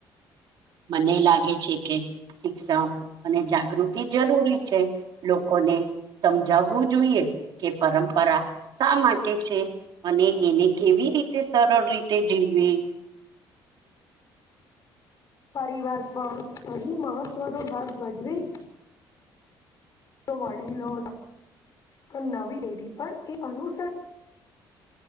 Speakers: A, on the right (about 65°); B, on the left (about 50°).
A: મને લાગે છે કે શિક્ષણ અને જાગૃતિ જરૂરી છે. લોકોને સમજાવવું જોઈએ કે પરંપરા શા માટે છે. અને એને કેવી રીતે સરળ રીતે જીવીવી
B: પરિવાર પણ અહીં મહત્વનોો ભાગ ભજવેજ વડીલો તો નવી એેરી પર અનુસર